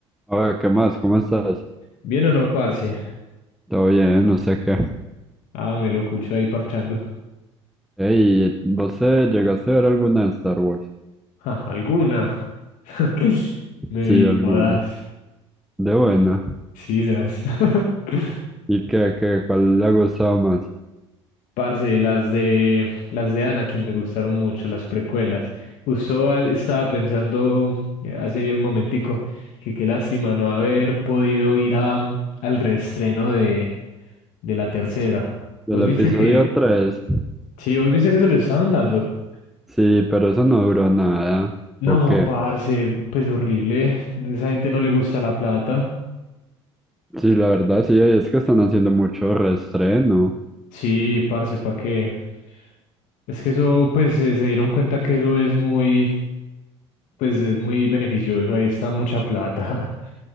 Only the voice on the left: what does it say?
¿Bien o no, parce?
Ah, me lo escucho ahí parchando.
Ja, ¿alguna? <laughs> Me
vi
todas.
Sí, esas. <laughs>
Parce, las de las de Anakin me gustaron mucho, las precuelas. Justo a- estaba pensando eh, hace un momentico que qué lástima no haber podido ir a, al reestreno de, de la tercera.
¿Vos viste
que?
Sí, vos viste que se lo estaban dando.
No,
parce, pues horrible. Esa gente no le gusta la plata.
Sí, parce, ¿pa' qué? Es que eso, pues se, se dieron cuenta que eso es muy, pues es muy beneficioso. Ahí está mucha plata. <laughs>